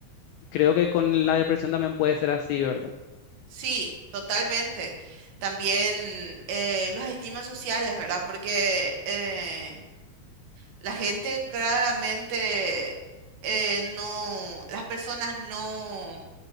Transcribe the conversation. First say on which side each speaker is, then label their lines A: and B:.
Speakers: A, on the left; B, on the right.
A: Creo que con la depresión también puede ser así, ¿verdad?
B: sí, totalmente. También eh, los estigmas sociales, ¿verdad? Porque... eh, La gente claramente eh, no, las personas no